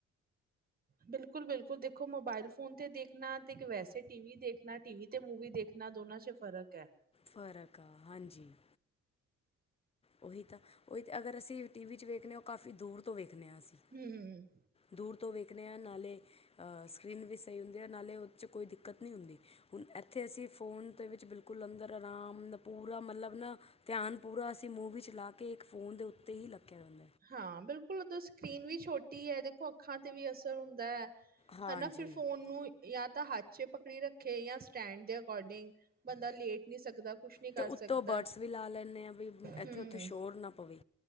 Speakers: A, on the right; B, on the left.
A: ਬਿਲਕੁਲ - ਬਿਲਕੁਲ ਦੇਖੋ ਮੋਬਾਇਲ ਫੋਨ ਤੇ ਦੇਖਣਾ ਤੇ ਇੱਕ ਵੈਸੇ ਟੀ- ਵੀ ਦੇਖਣਾ ਟੀ -ਵੀ ਤੇ ਮੂਵੀ ਦੇ ਇਨਾ ਦੋਨਾ 'ਚ ਫ਼ਰਕ ਐ।
B: ਫਰਕ ਆ ਹਾਂਜੀ <inaudible> ਉਹੀ ਤਾ ਉਹੀ ਤਾ ਅਗਰ ਅਸੀ ਟੀ -ਵੀ 'ਚ ਵੇਖਨੇ ਆ ਉਹ ਕਾਫੀ ਦੂਰ ਤੋ ਵੇਖਣੇ ਆ ਅਸੀ
A: ਹਮ
B: ਦੂਰ ਤੋ ਵੇਖਣੇ ਆ ਨਾਲੇ ਸਕਰੀਨ ਵੀ ਸਹੀ ਹੁੰਦੀ ਆ ਨਾਲੇ ਉਹਦੇ 'ਚ ਕੋਈ ਦਿੱਕਤ ਨੀ ਹੁੰਦੀ। ਹੁਣ ਇੱਥੇ ਅਸੀ ਫੋਨ ਦੇ ਵਿੱਚ ਬਿਲਕੁਲ ਅੰਦਰ ਆਰਾਮ ਪੂਰਾ ਮਤਲਬ ਨਾ ਧਿਆਨ ਪੂਰਾ ਅਸੀ ਮੂਵੀ 'ਚ ਲਾ ਕੇ ਇੱਕ ਫੋਨ ਦੇ ਉੱਤੇ ਹੀ ਲੱਗੇ ਰਹਿੰਦੇ।
A: ਹਾਂ ਬਿਲਕੁਲ ਉਧਰ ਸਕਰੀਨ ਵੀ ਛੋਟੀ ਐ ਦੇਖੋ ਅੱਖਾਂ ਤੇ ਵੀ ਅਸਰ ਹੁੰਦੈ।
B: ਹਾਂਜੀ
A: ਹਨਾ ਫਿਰ ਫੋਨ
B: ਅਤੇ
A: ਨੂੰ ਜਾਂ ਤਾ ਹੱਥ 'ਚ ਪਕੜੀ ਰੱਖੇ ਜਾਂ ਸਟੈਂਡ ਦੇ ਅਕੋਰਡਿੰਗ ਬੰਦਾ ਲੇਟ ਨੀ ਸਕਦਾ। ਕੁਛ ਨਹੀਂ ਕਰ
B: ਤੇ
A: ਸਕਦਾ
B: ਉੱਤੋ ਬਰਡਸ ਵੀ ਲਾ ਲੈਨੇ ਆ ਵੀ ਇੱਥੇ
A: ਹੂੰ
B: ਉੱਥੇ ਸ਼ੋਰ ਨਾ ਪਵੇ।